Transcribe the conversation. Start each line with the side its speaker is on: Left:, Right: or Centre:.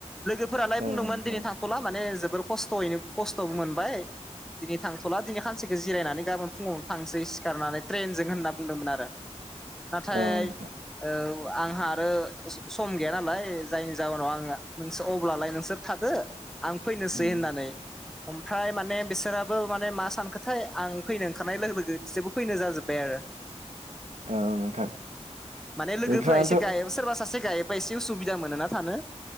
Centre: लोगोफोरालाय बुंदोंमोन
Right: औ नोंथां
Centre: दिनै थां थ'ला माने जोबोर खस्थ'यैनो खस्थ'बो मोनबाय दिनै थांथ'ला दिनै सानसेखौ जिरायनानै गाबोन फुङाव थांसै सिखारनानै ट्रेनजों होनना बुंदोंमोन आरो नाथाय
Right: औ नोंथां
Centre: औ आंहा आरो सम गैया नालाय जायनि जाहोनाव आङो नोंस अब्लालाय नोंसोर थादो आं फैनोसै
Right: उम,
Centre: होननानै ओमफ्राय माने बिसोराबो माने मा सानखोथाय आं फैनो ओंखारनाय लोगो लोगो बिसोरबो फैनो जाजोब्बाय आरो
Right: औ नोंथां
Centre: माने लोगोफोरा
Right: नोंथाङाथ'
Centre: एसे गाय सोरबा सासे गायोबा एसे उसुबिदा मोनोना थानो